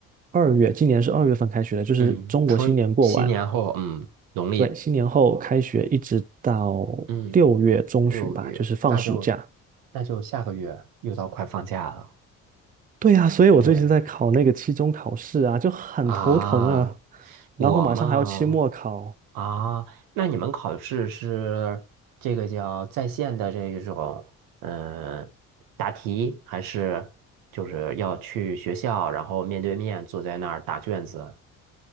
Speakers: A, on the right; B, on the right.
A: 二月，今年是二月份开学的，就是中国新年过完。
B: 嗯，春新年后，嗯，农历
A: 对，新年后开学一直到六月中旬吧，
B: 嗯六月，
A: 就是放暑假。
B: 那就那就下个月又到快放假了。
A: 对呀，所以我最近在考那个期中考试啊，
B: 对，
A: 就很头疼啊。
B: 啊，我嘛，
A: 然后马上还要期末考，
B: 啊，那你们考试是这个叫在线的这一种，嗯，答题还是就是要去学校，然后面对面坐在那儿答卷子？